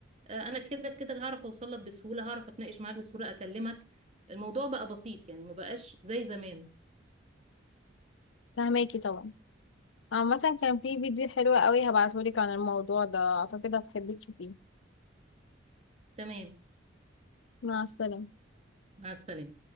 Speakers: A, on the right (about 35°); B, on the left (about 85°).
A: آه أنا كده كده هعرف أوصل لك بسهولة هعرف أتناقش معاك بسهولة أكلمك الموضوع بقى بسيط يعني مبقاش زي زمان
B: فهماكي طبعا عامة كان في فيديو حلو قوي هبعتهولك عن الموضوع ده اعتقد هتحبي تشوفيه
A: تمام
B: مع السلامة
A: مع السلامة